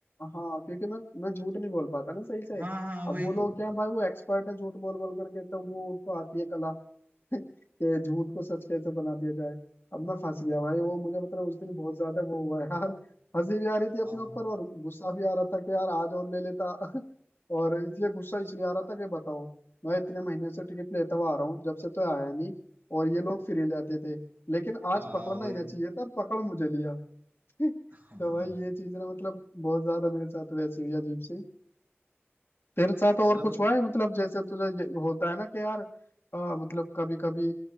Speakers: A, on the left; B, on the right.
A: हाँ क्योंकि मैं मैं झूठ नहीं बोल पाता ना सही से
B: हाँ हाँ वही
A: अब वो
B: तो
A: लोग क्या है भाई वो एक्सपर्ट हैं झूठ बोल बोल करके तो वो उनको आती है कला <laughs> कि झूठ को सच कैसे बना दिया जाए अब मैं फंस गया भाई वो मुझे मतलब उस दिन बहुत ज्यादा वो हुआ यार हंसी भी आ रही थी अपने
B: अब
A: ऊपर और गुस्सा भी आ रहा था कि यार आज और ले लेता <laughs> और इसलिए गुस्सा इसलिए आ रहा था कि बताओ मैं इतने महीने से टिकट लेता हुआ आ रहा हूँ जब से तो आया नहीं और ये लोग फ्री लेते थे लेकिन
B: हाँ
A: आज पकड़ना
B: वही
A: ही ना चाहिए था पकड़ मुझे लिया <laughs>
B: हाँ
A: तो भाई ये चीज ना मतलब बहुत ज्यादा मेरे साथ वैसे हुई अजीब सी तेरे साथ और
B: मतलब
A: कुछ हुआ है मतलब जैसे तुझे ये होता है ना कि यार आ, मतलब कभी कभी